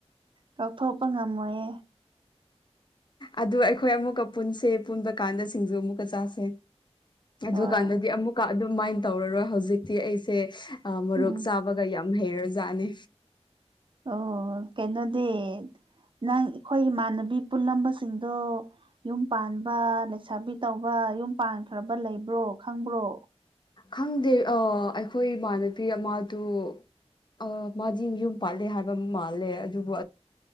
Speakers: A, on the right (about 50°); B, on the left (about 45°).
A: ꯀꯥꯎꯊꯣꯛꯄ ꯉꯝꯃꯣꯏꯌꯦ꯫
B: ꯑꯗꯨ ꯑꯩꯈꯣꯏ ꯑꯃꯨꯛꯀ ꯄꯨꯟꯁꯦ ꯄꯨꯟꯕ ꯀꯥꯟꯗ ꯁꯤꯡꯖꯨ ꯑꯃꯨꯛꯀ ꯆꯥꯁꯦ꯫ ꯑꯗꯨ
A: ꯍꯣꯏ
B: ꯀꯥꯟꯗꯗꯤ ꯑꯃꯨꯛꯀ ꯑꯗꯨꯃꯥꯏꯅ ꯇꯧꯔꯔꯣꯏ ꯍꯧꯖꯤꯛꯇꯤ ꯑꯩꯁꯦ ꯃꯔꯣꯛ
A: ꯎꯝ
B: ꯆꯥꯕ ꯒ ꯌꯥꯝ ꯍꯩꯔꯖꯥꯠꯅꯦ꯫
A: ꯑꯣ ꯀꯩꯅꯣꯗꯤ ꯅꯪ ꯑꯩꯈꯣꯏ ꯏꯃꯥꯟꯅꯕꯤ ꯄꯨꯜꯂꯝꯕꯁꯤꯡꯗꯣ ꯌꯨꯝ ꯄꯥꯟꯕ ꯂꯩꯁꯥꯕꯤ ꯇꯧꯕ ꯌꯨꯝ ꯄꯥꯟꯈ꯭ꯔꯕ ꯂꯩꯕ꯭ꯔꯣ ꯈꯪꯕ꯭ꯔꯣ꯫
B: ꯈꯪꯗꯦ ꯑꯩꯈꯣꯏ ꯏꯃꯥꯟꯅꯕꯤ ꯑꯃꯗꯨ ꯑ ꯃꯥꯗꯤ ꯌꯨꯝ ꯄꯥꯜꯂꯦ ꯍꯥꯏꯕ ꯃꯥꯜꯂꯦ ꯑꯗꯨꯕꯨ